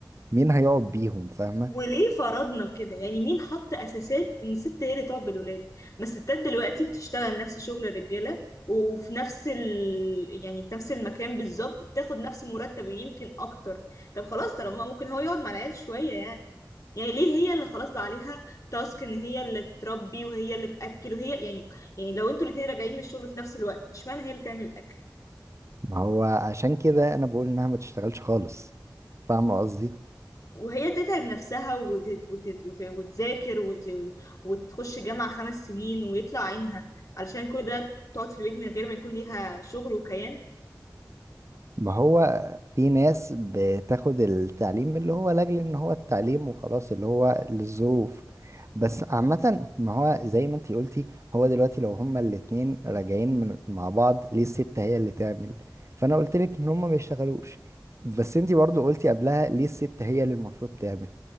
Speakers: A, on the right; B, on the left.
A: هيقعد بيهم فاهمة
B: وليه فرضنا كده يعني مين حط اساسات ان الست هي اللي تقعد بالولاد ما الستات دلوقتي بتشتغل نفس شغل الرجاله وفي نفس ال... يعني في نفس المكان بالظبط وبتاخد نفس المرتب يمكن اكتر طب خلاص طالما ممكن هو يقعد مع العيال شويه يعني يعني ليه هي اللي خلاص بقى عليها تاسك ان هي اللي تربي وهي اللي تاكل وهي يعني يعني لو انتوا الاتنين راجعين من الشغل في نفس الوقت اشمعنى هي اللي تعمل الاكل
A: ما هو عشان كده انا بقول انها ما تشتغلش خالص فاهمة قصدي
B: وهي تتعب نفسها وت... وت... وت... وتذاكر وت... وتخش جامعة خمس سنين ويطلع عينها علشان كل ده تقعد في البيت من غير ما يكون ليها شغل وكيان
A: ما هو في ناس بتاخد التعليم اللي هو لاجل ان هو التعليم وخلاص اللي هو للظروف بس عامة ما هو زي ما انتي قلتي هو دلوقتي لو هما الاتنين راجعين من مع بعض ليه الست هي اللي تعمل فانا قلت لك ان هما ما يشتغلوش بس انتي برضو قلتي قبلها ليه الست هي اللي المفروض تعمل